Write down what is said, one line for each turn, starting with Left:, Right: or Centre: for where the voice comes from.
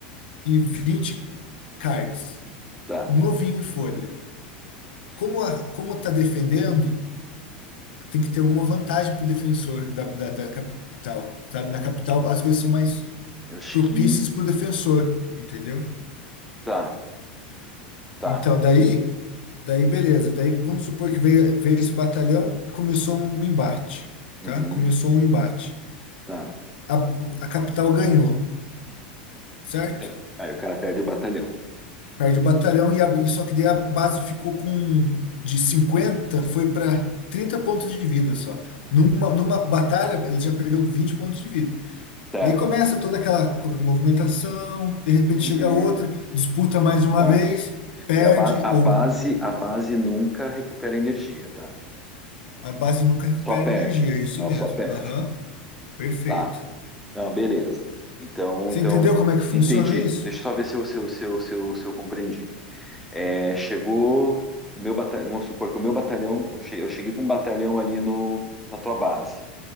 Left: e vinte cards,
Centre: tá.
Left: novinho em folha. Como a, como tá defendendo, tem que ter alguma vantagem pro defensor da, da, da capital, sabe? Na capital as coisas são mais
Centre: Eu acho
Left: propícias
Centre: que
Left: pro defensor, entendeu?
Centre: Tá, Tá.
Left: Então, daí, daí beleza. Daí vamos supor que veio, veio esse batalhão e começou um embate,
Centre: Uhum.
Left: tá? Começou um embate.
Centre: Tá.
Left: A, a capital ganhou, certo?
Centre: É. Aí o cara perde o batalhão.
Left: Perde o batalhão e, a, e só que daí a base ficou com de 50 foi para 30 pontos de vida só. Numa, numa batalha ele já perdeu 20 pontos de vida.
Centre: Certo.
Left: Daí começa toda aquela co- movimentação, de repente
Centre: Uhum.
Left: chega outra, disputa mais uma
Centre: Tá.
Left: vez, perde
Centre: E a, ba- a
Left: ou
Centre: base, a base nunca recupera energia, tá?
Left: a base nunca recupera
Centre: Só perde.
Left: energia, é isso
Centre: Ela
Left: mesmo.
Centre: só perde.
Left: Aham. Perfeito.
Centre: Tá. Não, beleza. Então,
Left: Você
Centre: então,
Left: entendeu como é que funciona
Centre: entendi.
Left: isso?
Centre: Deixa eu só ver se eu, se eu, se eu, se eu, se eu compreendi. É, chegou o meu batalhão, vamos supor que o meu batalhão, eu che- eu cheguei com um batalhão ali no, na tua base.